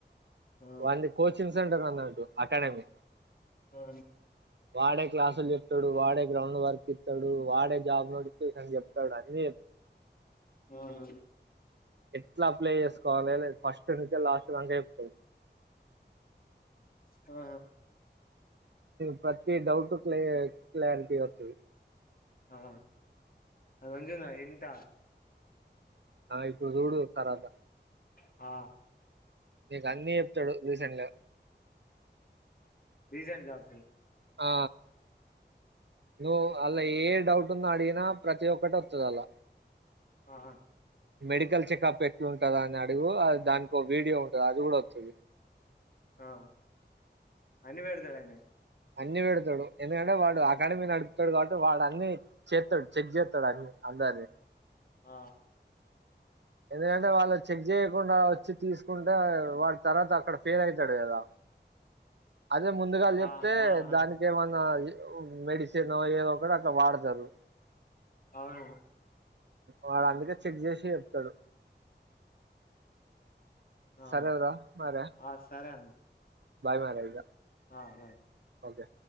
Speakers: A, on the left; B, on the right.
A: ఆ
B: వానిది కోచింగ్ సెంటర్ టడు అకాడమి
A: ఆ
B: వాడే క్లాసులు చెప్తాడు వాడే గ్రౌండ్ వర్క్ ఇస్తాడు వాడే జాబ్ నోటిఫికేషన్ చెప్తాడు అని
A: ఆహా
B: ఎట్లా అప్లై చేసుకోవాలి ఫస్ట్ నుంచే లాస్ట్ దాంక చెప్పు
A: ఆ
B: ప్రతి డౌట్ క్లి క్లారిటీ వతుది
A: ఆ అది మంజుంద ఎంట
B: ఆ ఇప్పుడు చూడు తర్వాత
A: ఆ
B: నీకు అన్నీ చెప్తాడు రీసెంట్గా
A: రీసెంట్ జాబ్
B: ఆ నువ్వు అలా ఏ డౌట్న్నా అడిగినా ప్రతి ఒక్కటి వత్తదలా
A: ఆ
B: మెడికల్ చెకప్ ఎట్లు ఉంటందా అని అడుగు దానికి వీడియో ఉంటది అది కూడా వత్తది
A: ఆ అన్ని పెడతాడు ఆయన
B: అన్ని పెడతాడు ఎందుకంటే వాడు అకాడమీ నడుపుతాడు కాబట్టి వాడు అన్ని చేస్తాడు చెక్ చేస్తాడు అన్ని అంగాది
A: ఆ
B: ఎందుకంటే వాళ్ళు చెక్ చేయకుండా వచ్చి తీసుకుంటే వాడి తర్వాత అక్కడ ఫెయిల్ అవుతాడు కదా అదే ముందుగా చెప్తే
A: ఆ ఆ ఆ
B: దానికి ఏమన్నా మెడిసిన్ ఏదో కూడా అట్ల వాడతారు
A: అవును
B: వాడు అందుకే చెక్ చేసి చెప్తాడు
A: ఆ
B: సరేరా మరే
A: ఆ సరే అన్న
B: బాయ్ మరి ఇగ
A: ఆ బై
B: ఓకే